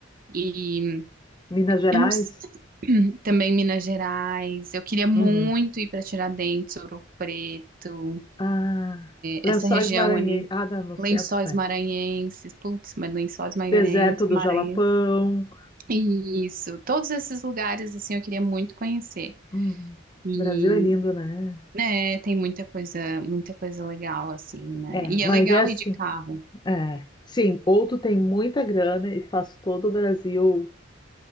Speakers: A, on the right (about 45°); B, on the left (about 20°).
A: e
B: Minas Gerais?
A: eu não s- <clears throat> também Minas Gerais. Eu queria muito
B: Uhum.
A: ir para Tiradentes, Ouro Preto.
B: Ah, Lençóis
A: essa região
B: Maranhenses.
A: ali,
B: Ah, dá no centro,
A: Lençóis
B: né?
A: Maranhenses, putz, mas Lençóis Maranhenses,
B: Deserto do
A: Maranhenses.
B: Jalapão.
A: Isso, todos esses lugares assim eu queria muito conhecer.
B: Uhum.
A: E
B: O Brasil é lindo, né?
A: né, tem muita coisa, muita coisa legal assim, né?
B: É,
A: E
B: mas
A: é legal
B: é assim.
A: ir de carro.
B: É. Sim, ou tu tem muita grana e faz todo o Brasil